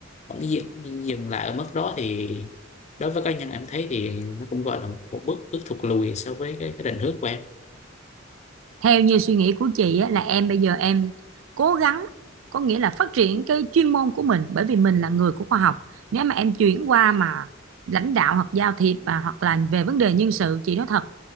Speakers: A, on the left (about 35°); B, on the right (about 85°).
A: vẫn dừng, dừng lại ở mức đó thì đối với cá nhân em thấy thì nó cũng gọi là một bước bước thụt lùi so với cái, cái định hướng của em
B: theo như suy nghĩ của chị á, là em bây giờ em cố gắng có nghĩa là phát triển cái chuyên môn của mình bởi vì mình là người của khoa học nếu mà em chuyển qua mà lãnh đạo hoặc giao thiệp và hoặc là về vấn đề nhân sự chị nói thật